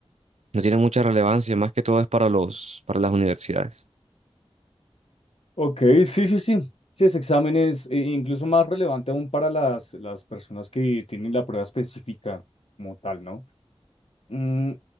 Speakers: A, on the right; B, on the left.
A: no tiene mucha relevancia, más que todo es para los, para las universidades.
B: Ok, sí, sí, sí. Sí, ese examen es eh, incluso más relevante aún para las, las personas que tienen la prueba específica como tal, ¿no? Mm,